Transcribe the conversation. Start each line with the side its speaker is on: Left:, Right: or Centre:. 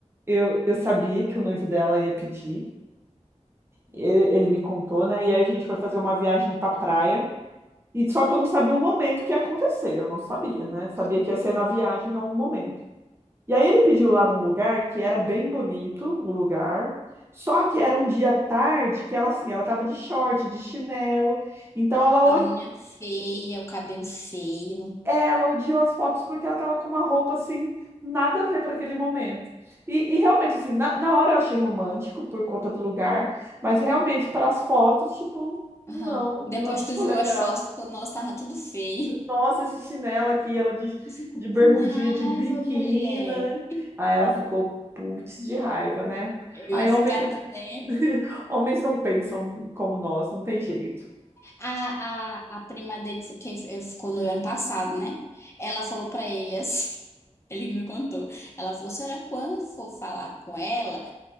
Right: Eu, eu sabia que o noivo dela ia pedir. Ele, ele me contou, né? E aí a gente foi fazer uma viagem pra praia. E só que eu não sabia o momento que ia acontecer. Eu não sabia, né? Sabia
Left: Hum.
Right: que ia ser na viagem, não o momento. E aí ele pediu lá num lugar que era bem bonito, o lugar. Só que era um dia tarde que ela assim, ela tava de short, de chinelo. Então ela
Left: A unha feia, o cabelo feio.
Right: Ela odiou as fotos porque ela tava com uma roupa assim, nada a ver para aquele momento. E, e realmente, assim, na, na hora eu achei romântico por conta do lugar, mas realmente, para as fotos, tipo, não,
Left: Aham.
Right: não
Left: Depois
Right: ficou
Left: tu viu
Right: legal.
Left: as fotos, ficou, nossa, tava tudo feio.
Right: Nossa, esse chinelo aqui, ela de,
Left: <laughs> Ficou
Right: de bermudinha,
Left: com raiva,
Right: de biquíni.
Left: mulher.
Right: Aí ela ficou putz de raiva, né?
Left: Eu
Right: Aí
Left: ia ficar
Right: homem,
Left: também.
Right: <laughs> homens não pensam como nós, não tem jeito.
Left: A, a, a prima dele, fi- que fi- ficou no ano passado, né? Ela falou pra ele assim. <laughs> Ele me contou. Ela falou: senhora, quando for falar com ela,